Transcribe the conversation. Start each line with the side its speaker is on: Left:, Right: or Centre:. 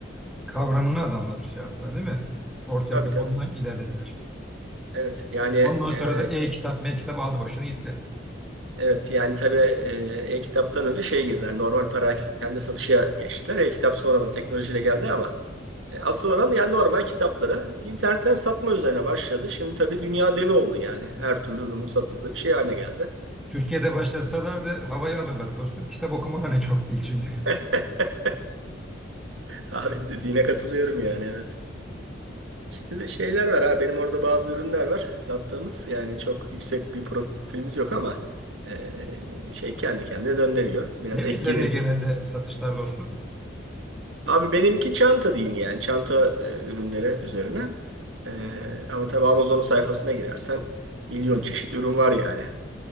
Centre: e, kavramını adamlar şey yaptılar değil mi? Ortaya
Right: Tabii
Centre: koyup
Right: tabii.
Centre: ondan ilerlediler.
Right: Evet yani
Centre: Ondan
Right: e,
Centre: sonra da e-kitap, m-kitap aldı başını gitti.
Right: evet yani tabii e, e-kitaptan önce şey girdi. Yani normal perakende satışa geçtiler. E-kitap sonradan teknolojiyle geldi ama e, asıl adam yani normal kitapları internetten satma üzerine başladı. Şimdi tabii dünya devi oldu yani. Her türlü ürünün satıldığı bir şey haline geldi.
Centre: Türkiye'de başlasalardı havayı alırlar dostum. Kitap okuma oranı çok değil çünkü.
Right: <laughs> Abi dediğine katılıyorum yani evet. İşte de şeyler var ha Benim orada bazı ürünler var sattığımız. Yani çok yüksek bir profilimiz yok ama e, şey kendi kendine döndürüyor. Biraz
Centre: Ne üzerine
Right: ek gelir.
Centre: genelde satışlar dostum?
Right: Abi benimki çanta diyeyim yani. Çanta e, ürünleri üzerine. E, ama tabii Amazon'un sayfasına girersen milyon çeşit ürün var yani.